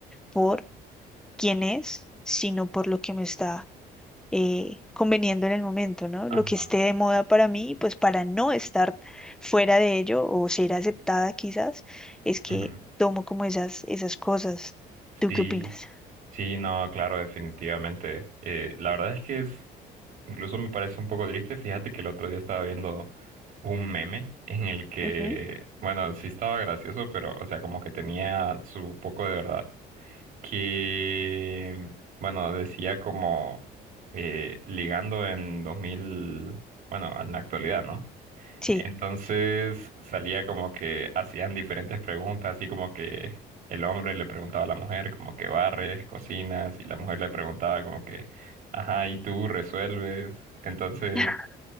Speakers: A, in the centre; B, on the right.
A: por quién es, sino por lo que me está eh, conveniendo en el momento, ¿no?
B: Ajá.
A: Lo que esté de moda para mí, pues para no estar fuera de ello o ser aceptada quizás, es que
B: Ujú.
A: tomo como esas, esas cosas. ¿Tú
B: Sí.
A: qué opinas?
B: Sí, no, claro, definitivamente. Eh, la verdad es que es, incluso me parece un poco triste. Fíjate que el otro día estaba viendo un meme en el que,
A: Ujú,
B: bueno, sí estaba gracioso, pero, o sea, como que tenía su poco de verdad. Que, bueno, decía como eh, ligando en 2000, bueno, en la actualidad, ¿no?
A: Sí.
B: Entonces salía como que hacían diferentes preguntas, así como que el hombre le preguntaba a la mujer como que barres, cocinas, y la mujer le preguntaba como que, ajá, ¿y tú resuelves? Entonces
A: <laughs>